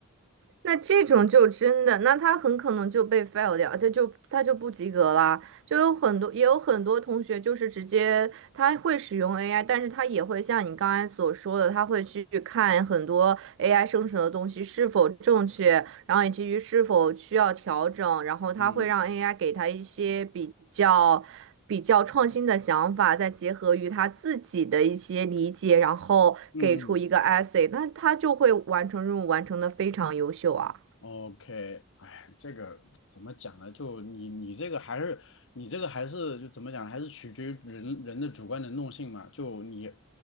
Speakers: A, on the right; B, on the left.
A: 那这种就真的，那他很可能就被 fail 掉，他就他就不及格啦。就有很多，也有很多同学就是直接他会使用 AI，但是他也会像你刚才所说的，他会去看很多 AI 生成的东西是否正确，然后以及于是否需要调整，然后它会让
B: 嗯
A: AI 给他一些比较比较创新的想法，再结合于他自己的一些理解，然后给出一个
B: 嗯嗯。
A: essay，那他就会完成任务，完成的非常优秀啊。
B: OK，哎，这个怎么讲呢？就你你这个还是你这个还是就怎么讲呢，还是取决于人人的主观能动性嘛。就你